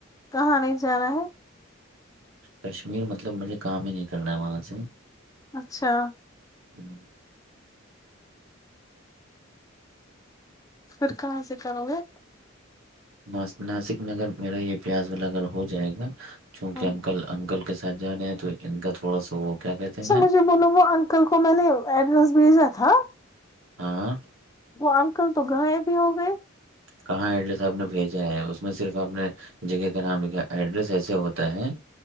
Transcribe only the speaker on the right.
کشمیر مطلب مجھے کام ہی نہیں کرنا ہے وہاں سے-
ہوں
ا ناسک نگر میرا یہ پیاز واللا گگر ہو جائے گا چونکہ
انکل- انکل کے ساتھ جانے ہے تو ان کا تھوڑا سا وہ- کیا کہتے
ہیں
ہاں
کہاں ایڈریس آپ نے بھیجا ہے اس میں صرف آپ نے- جگہ کا نام لکھا ایڈریس ایسے ہوتا ہے-